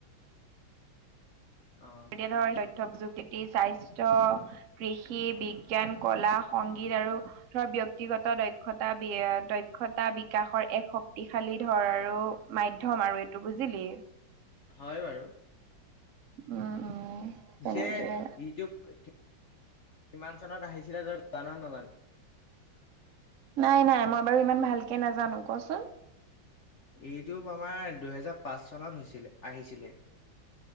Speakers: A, on the left; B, on the right.
A: অ
B: এতিয়া ধৰ তথ্য প্ৰযুক্তি, স্বাস্থ্য কৃষি, বিজ্ঞান, ক'লা, সংগীত, আৰু ধৰ ব্য্য়ক্তিগত দক্ষতা বি দক্ষতা বিকাশৰ এক শক্তিশালী ধৰ, আৰু মাধ্যম আৰু এইটো বুজিলি?
A: হয়, বাৰু।
B: উম, উম।
A: পিছে
B: তেনেকে
A: ইউটিউব <inaudible> কিমান চনত আহিছিলে তই জান নে নাজান?
B: নাই, নাই, মই বাৰু ইমান ভালকে নাজানো কচোন?
A: ইউটিউব আমাৰ দুহেজাৰ পাঁচ চনত হৈছিলে, আহিছিলে।